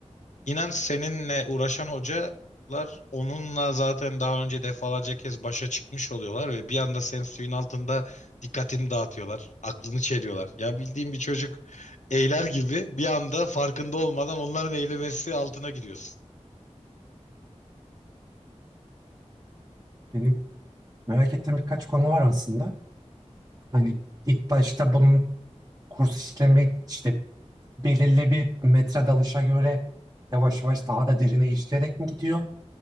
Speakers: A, on the left (about 80°); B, on the right (about 30°).
A: İnan seninle uğraşan hocalar onunla zaten daha önce defalarca kez başa çıkmış oluyorlar ve bir anda senin suyun altında dikkatini dağıtıyorlar, aklını çeliyorlar. Ya bildiğin bir çocuk eyler gibi bir anda farkında olmadan onların eylemesi altına giriyorsun.
B: Benim merak ettiğim birkaç konu var aslında. Hani ilk başta bunun kurs işlemi işte belirli bir metre dalışa göre yavaş yavaş daha da derine işleyerek mi gidiyor?